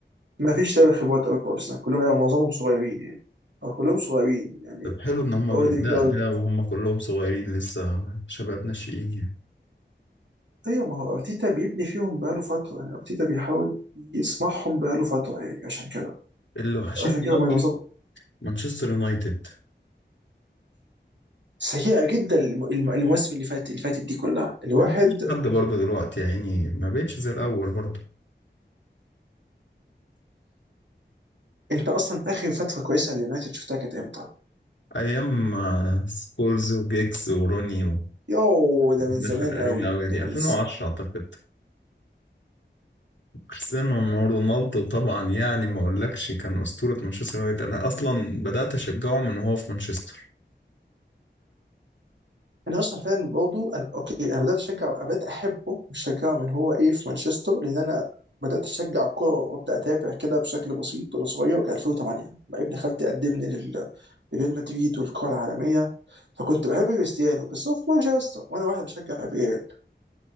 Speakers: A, on the right; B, on the left.
A: ما فيش لعيبه خبرات قوي في ارسنال كلهم لعيبه معظمهم صغيرين يعني أو كلهم صغيرين يعني
B: طب حلو ان هم
A: اوديجارد
B: بالاداء ده وهم كلهم صغيرين لسه شباب ناشئين يعني
A: ايوه ما هو ارتيتا بيبني فيهم بقاله فتره يعني ارتيتا بيحاول يصنعهم بقاله فتره يعني عشان كده
B: اللي وحشتني
A: عشان كده
B: قوي
A: هم يوصلوا
B: مانشستر يونايتد
A: سيئه جدا الم- الم- المواسم اللي فاتت اللي فاتت دي كلها الواحد
B: ما فيش حد برضه دلوقتي يا عيني ما بقتش زي الاول برضه
A: انت اصلا اخر فتره كويسه لليونايتد شفتها كانت امتى؟
B: ايام آه، سكولز وجيكس وروني
A: يوه ده من
B: والناس
A: زمان
B: القديمه
A: قوي
B: قوي دي
A: ده من
B: 2010 اعتقد كريستيانو رونالدو طبعا يعني ما اقولكش كان اسطوره مانشستر يونايتد انا اصلا بدات اشجعه من وهو في مانشستر
A: انا اصلا فعلا برضه انا اوكي انا بدات اشجع أنا بدات احبه مش اشجعه من هو ايه في مانشستر لان انا بدات اشجع كوره وابدا اتابع كده بشكل بسيط وانا صغير كان 2008 لما ابن خالتي قدمني لل- لريال مدريد والكره العالميه فكنت بحب كريستيانو بس هو في مانشستر وانا واحد بشجع ريال